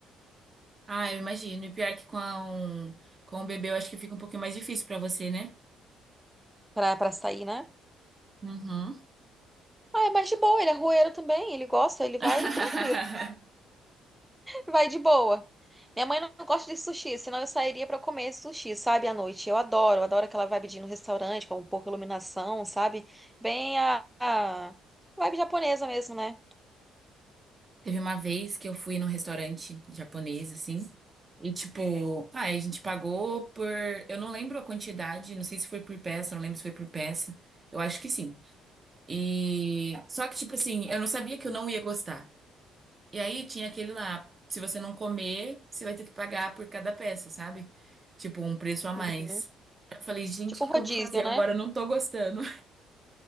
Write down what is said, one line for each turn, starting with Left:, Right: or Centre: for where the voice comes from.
Right: Ah, eu imagino. E pior que com, a- um, com o bebê, eu acho que fica um pouquinho mais difícil pra você, né?
Centre: Pra, pra sair, né?
Right: Uhum.
Centre: Ah, é mais de boa, ele é rueiro também, ele gosta, ele vai
Right: <laughs>
Centre: tranquilo. Vai de boa. Minha mãe não gosta de sushi, senão eu sairia pra comer sushi, sabe, à noite. Eu adoro, eu adoro aquela vibe de ir no restaurante com um pouco de iluminação, sabe? Bem a, a vibe japonesa mesmo, né?
Right: Teve uma vez que eu fui num restaurante japonês, assim, e tipo, ah, a gente pagou por. Eu não lembro a quantidade, não sei se foi por peça, não lembro se foi por peça. Eu acho que sim. E. Só que, tipo assim, eu não sabia que eu não ia gostar. E aí tinha aquele lá, se você não comer, você vai ter que pagar por cada peça, sabe? Tipo, um preço a mais.
Centre: Uhum.
Right: Eu falei, gente,
Centre: Tipo
Right: o que
Centre: rodízio,
Right: que eu vou fazer
Centre: né?
Right: agora? Eu não tô gostando.